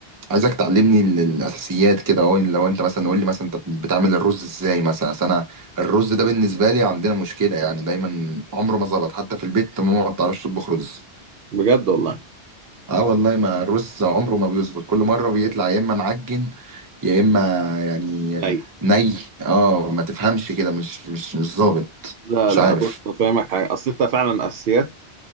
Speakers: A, on the right; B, on the right.
A: عايزك تعلمني ال- الاساسيات كده اهو لو انت مثلا قول لي مثلا انت بتعمل الرز ازاي مثلا أصل انا الرز ده بالنسبه لي عندنا مشكله يعني دايما عمره ما ظبط حتى في البيت ماما ما بتعرفش تطبخ رز
B: بجد والله
A: اه والله ما الرز عمره ما بيظبط كل مره بيطلع يا اما معجن يا اما يعني
B: اي
A: ني اه ما تفهمش كده مش مش مش ظابط
B: لا
A: مش
B: لا
A: عارف
B: بص فاهمك حاجه اصل انت فعلا اساسيات